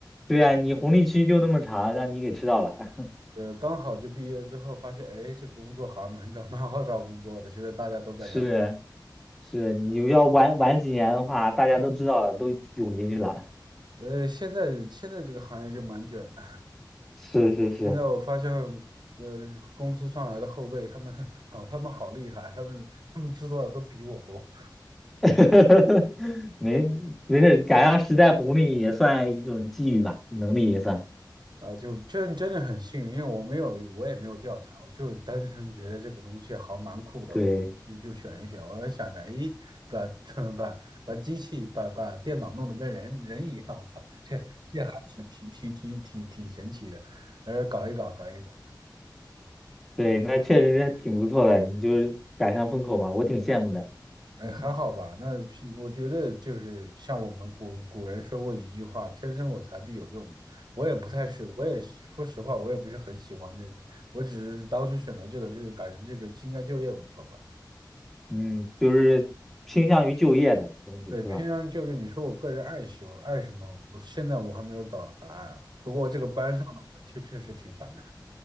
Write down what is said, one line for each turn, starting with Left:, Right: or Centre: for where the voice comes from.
Centre: 对呀，你红利期就那么长，让你给吃到了，
Right: 对，刚好就毕业之后发现，哎，这个工作好像蛮找蛮好找工作的，现在大家都在要。
Centre: <laughs> 是。是你要晚晚几年的话，大家都知道了都涌进去了。
Right: 呃，现在现在这个行业就蛮卷的。
Centre: <laughs> 是是是，
Right: 现在我发现，呃，公司上来的后辈，他们 <laughs> 好，他们好厉害，他们他们知道的都比我多。
Centre: <laughs> 没没事，赶上时代红利也算一种机遇吧，能力也算。
Right: 啊，就真真的很幸运，因为我没有，我也没有调查，我就单纯觉得这个东西好蛮酷的，
Centre: 对
Right: 我就就选一选。我还想着，咦，把 <laughs> 把把机器把把电脑弄得跟人人一样，我操，这这还挺挺挺挺挺挺神奇的。呃，搞一搞，搞一搞。
Centre: 对，那确实是挺不错的，你就是赶上风口嘛，我挺羡慕的。
Right: 哎，
Centre: <laughs>
Right: 还好吧。那平我觉得就是像我们古古人说过一句话“天生我材必有用”嘛我也不太是，我也说实话，我也不是很喜欢这个。我只是当时选择这个，就是感觉这个应该就业不错吧。
Centre: 嗯，就是倾向于就业的东西是吧？
Right: 对，偏向就业，你说我个人爱喜欢爱什么？我现在我还没有找到答案啊。不过这个班上的我确确实挺烦的。